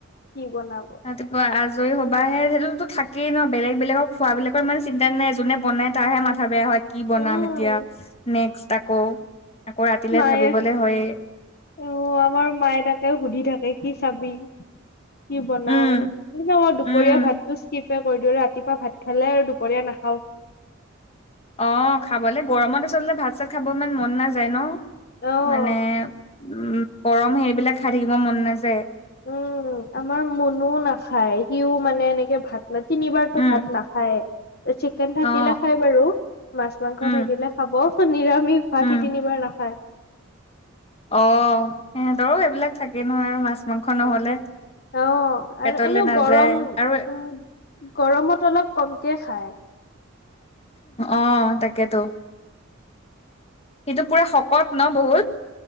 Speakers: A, on the left; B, on the left.
A: বনাব
B: ৰাতিপুৱা আজৰি হ'বাহে সেইটো টো থাকেই ন বেলেগ বেলেগক খোৱাবিলাকৰ ইমান চিন্তা নাই যোনে বনাই। তাৰহে মাথা বেয়া হয়। কি বনাম
A: উম
B: এতিয়া নেক্স আকৌ আকৌ ৰাতিলে
A: মায়ে
B: ভাবিবলে হয়ে।
A: অ আমাৰ মায়ে তাকে সুধি থাকে কি চাবি, কি বনাও
B: উম
A: দুপৰীয়া
B: উম
A: ভাততো ইছকিপ, কৰি দিওঁ ৰাতিপুৱা ভাত খালে আৰু দুপৰীয়া নাখাও।
B: অ খাবলে গৰমত আচলতে ভাত চাত খাব ইমান মন নাযায় ন।
A: অ
B: মানে উম গৰম সেইবিলাক খাই থাকিব মন নাযায়।
A: উম আমাৰ মুনুও নাখায় সিও মানে এনেকে ভাত তিনিবাৰতো
B: উম
A: ভাত নাখায়েই চিকেন থাকিলে
B: অ
A: খাই বাৰু মাছ মাংস
B: উম
A: থাকিলে। খাব নিৰামিষ ভাত
B: উম
A: সি তিনিবাৰ নাখায়।
B: অ সিহঁতৰো এইবিলাক থাকে নহয় আৰু মাছ মাংস
A: অ
B: নহলে।
A: অ
B: পেটলে
A: আৰু এনেও
B: নাযায়
A: গৰম উম
B: আৰু
A: গৰমত অলপ কমকে খায়।
B: অ তাকেতো, সেইটো পুৰা শকত ন বহুত।